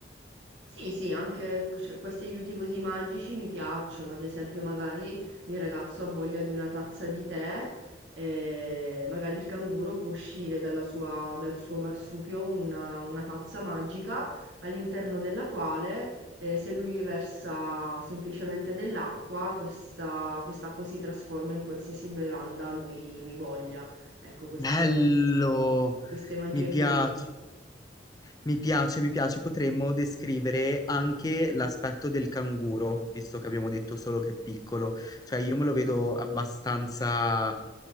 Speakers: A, on the right; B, on the left.
A: Sì, sì, anche cioè, questi aiuti così magici mi piacciono, ad esempio magari il ragazzo ha voglia di una tazza di tè e magari il canguro può uscire dalla sua- dal suo marsupio una, una tazza magica all'interno della quale eh, se lui gli versa semplicemente dell'acqua, questa, quest'acqua si trasforma in qualsiasi bevanda lui, lui voglia. Ecco, queste,
B: Bello!
A: queste magie
B: Mi piace,
A: così.
B: mi piace, mi piace. Potremmo descrivere anche l'aspetto del canguro, visto che abbiamo detto solo che è piccolo. Cioè, io me lo vedo abbastanza